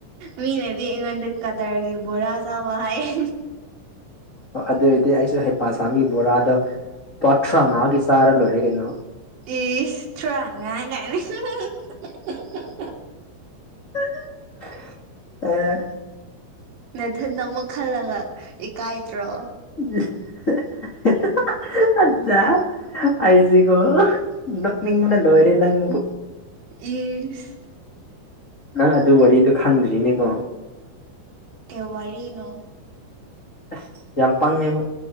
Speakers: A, on the right; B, on the left.
A: ꯃꯤꯅꯗꯤ ꯑꯩꯉꯣꯟꯗ ꯀꯗꯔꯒꯤ ꯕꯣꯔꯥ ꯆꯥꯕ ꯍꯥꯏꯌꯦ꯫
B: ꯑꯣ ꯑꯗꯨ ꯑꯣꯏꯔꯗꯤ ꯑꯩꯁꯨ ꯍꯩꯄꯥ ꯁꯥꯕꯒꯤ ꯕꯣꯔꯥꯗꯣ꯫ ꯄ ꯊ꯭ꯔꯉꯥꯒꯤ ꯆꯥꯔꯦ ꯂꯣꯏꯔꯦ ꯀꯩꯅꯣ꯫
A: ꯏꯁ ꯊ꯭ꯔꯥꯉꯥ ꯀꯥꯏꯅ <unintelligible>
B: <unintelligible> ꯑꯦ꯫
A: ꯅꯊꯟꯗ ꯑꯃꯨꯛ ꯈꯜꯂꯒ ꯏꯀꯥꯏꯗ꯭ꯔꯣ꯫
B: <unintelligible> ꯑꯖꯥ꯫ ꯑꯩꯁꯤꯀꯣ ꯅꯣꯛꯅꯤꯡꯕꯅ ꯂꯣꯏꯔꯦ ꯅꯪꯕꯨ꯫
A: ꯏꯁ꯫
B: ꯅꯪ ꯑꯗꯨ ꯋꯥꯔꯤꯗꯨ ꯈꯪꯗ꯭ꯔꯤꯅꯦꯀꯣ꯫
A: ꯀꯦ ꯋꯥꯔꯤꯅꯣ꯫
B: ꯑꯁ ꯌꯥꯝ ꯄꯪꯉꯦꯕꯣ꯫